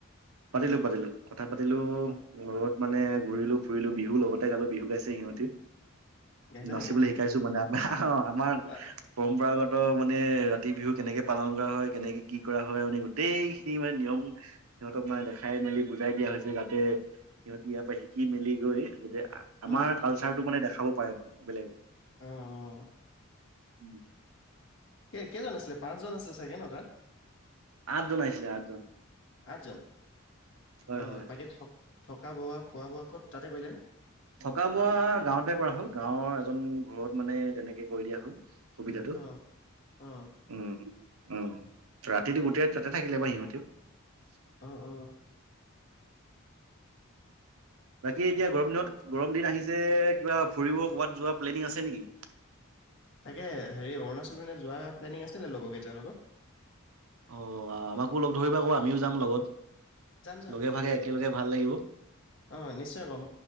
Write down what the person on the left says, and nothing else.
অ',
গাইছা
নেকি?
অ',
উম,
অ', অ',
কেইজন আছিলে পাঁচজন আছিলে চাগে ন তাত।
কাজল
অ,
বাকী চ থকা বোৱা, খোৱা বোৱা, ক'ত তাতে কৰিলেনে।
অ',
অ',
অ', অ',
তাকে হেৰি অৰুণাচল মানে যোৱা প্লেনিং আছিল নে লগৰকেইটাৰ লগত।
যাম চাম
আহ নিশ্চয় কম